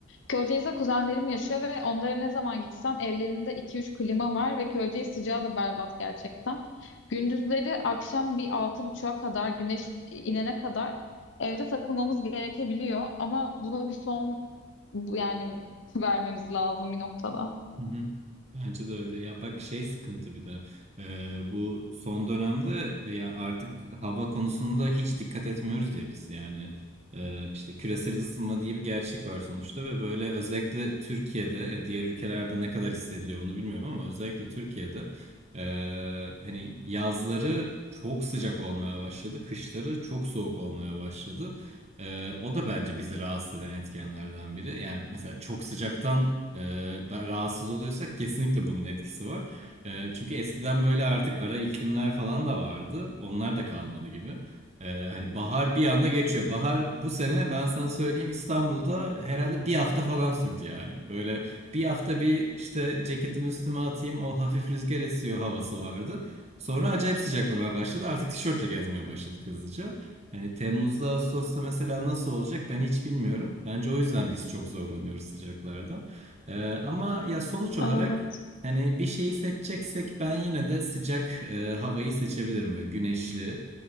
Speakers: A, on the left; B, on the right.
A: Köyceğiz'de kuzenlerim yaşıyor ve onlara ne zaman gitsem evlerinde iki üç klima var ve Köyceğiz sıcağı da berbat gerçekten. Gündüzleri akşam bir 6.30'a kadar güneş inene kadar evde takılmamız gerekebiliyor ama buna bir son bu- yani <laughs> vermemiz lazım bir noktada.
B: Hı hı. Bence de öyle. Ya bak şey sıkıntı bir de Ee, bu son dönemde e, ya artık hava konusunda hiç dikkat etmiyoruz ya biz yani Ee, işte küresel ısınma diye bir gerçek var sonuçta ve böyle özellikle Türkiye'de ya diğer ülkelerde ne kadar hissediliyor onu bilmiyorum ama özellikle Türkiye'de e, hani yazları çok sıcak olmaya başladı, kışları çok soğuk olmaya başladı. Ee, o da bence bizi rahatsız eden etkenlerden biri. Yani mesela çok sıcaktan e, ben- rahatsız oluyorsak kesinlikle bunun etkisi var. E, çünkü eskiden böyle artık ara iklimler falan da vardı. Onlar da kalmadı gibi. E, hani bahar bir anda geçiyor. Bahar bu sene ben sana söyleyeyim İstanbul'da herhalde bir hafta falan sürdü yani. Böyle bir hafta bir işte ceketimi üstüme atayım o hafif rüzgar esiyor havası vardı. Sonra acayip sıcaklamaya başladı. Artık tişörtle gezmeye başladık hızlıca. Yani Temmuz'da, Ağustos'ta mesela nasıl olacak ben hiç bilmiyorum. Bence o yüzden biz çok zorlanıyoruz sıcaklarda. Ee, ama ya sonuç olarak
A: Evet.
B: hani bir şeyi seçeceksek ben yine de sıcak e, havayı seçebilirim. Böyle güneşli,